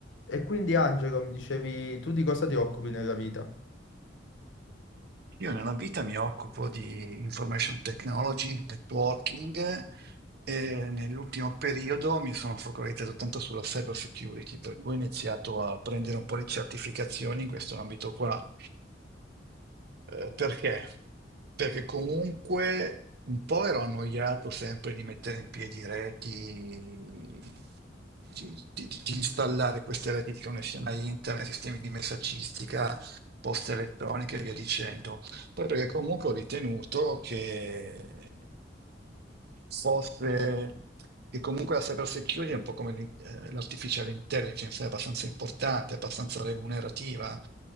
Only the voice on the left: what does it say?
E quindi Angelo, mi dicevi, tu di cosa ti occupi nella vita?